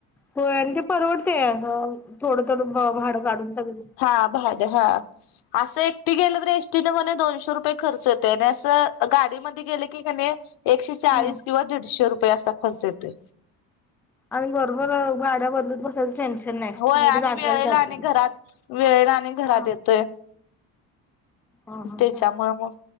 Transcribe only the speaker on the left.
हा हा भाडं हा असं एकटी गेलं तर एसटी न म्हणे दोनशे रुपये खर्च येत त्याने असं गाडीमध्ये गेलं की कणी एकशे चाळीस
किंवा दीडशे रुपये असा खर्च येतोय
होय
आणि
वेळेला
आणि घरात वेळेला आणि घरात
येतोय
त्याच्यामुळे
मग